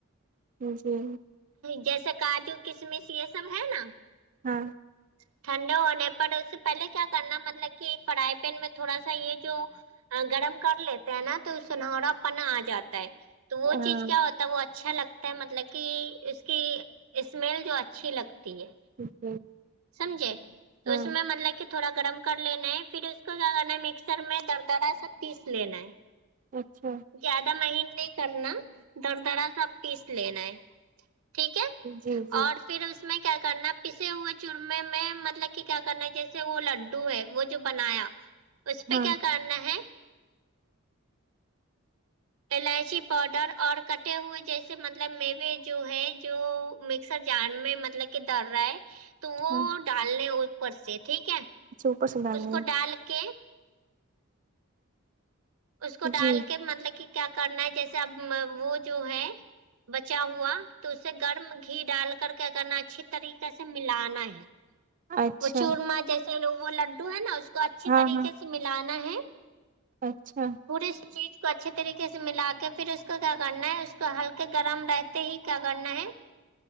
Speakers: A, on the right (about 40°); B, on the right (about 80°).
A: جی
B: جیسے کاجو کشمش یہ سب ہے نا
A: ہاں
B: چ <inaudible> ٹھنڈے ہونے پر اس سے پہلے کیا کرنا مطلب کہ فرائی پین میں تھوڑا سا یہ جو گرم کر لیتے ہیں نا تو سنہرا پنا آجاتا ہے تو وہ
A: ہاں
B: چیز کیا ہوتا ہے وہ اچ چھا لگتا ہے مطلب کی اس کی اسمیل جو اچھی لگتی ہے
A: جی
B: سمجھے تو
A: ہاں
B: اس میں مطلب کی تھوڑا گرم کر لینا ہے پھر اس کو کیا کرنا ہے مکسر میں در درا سہ پیس لینا ہے
A: اچھا
B: زیادہ مہین نہیں کرنا در درا سا پیس لینا ہے ٹھیک ہے
A: جی جی
B: اور پھر اس میں کیا کرنا پیسے ہوئے چورمے میں مطلب کی کیا کرنا ہے جیسے وہ لڈو ہے وہ جو بنایا اس پے
A: ہاں
B: کیا کرنا ہے الائچی پاؤڈر اور کٹے ہوئے جیسے مطلب میوے جو ہے جو سا جار میں مطلب کی ڈر رہا ہے تو وہ
A: ہاں
B: ڈالنے ہے اوپر سے ٹھیک ہے
A: اچھا اوپر سے ڈالنی
B: اس کو
A: ہے
B: ڈال کے اس کو ڈال
A: جی
B: کے مطلب کی کیا کرنا ہے جیسے اب وہ جو ہے بچا ہوا تو اسے گرم گھی ڈال کر کے انا اچھی طریقے سے ملانا ہے
A: اچھا
B: وہ چورمہ جیسے وہ لڈو ہے نا اس کو اچھی
A: ہاں
B: طریقے
A: ہاں
B: سے ملانا ہے
A: اچھا
B: پوری اس چیز کو اچھے طریقے سے ملا کے پھر اس کو کیا کرنا ہے اس کو ہلکے گرم رہتے ہی کیا کرنا ہے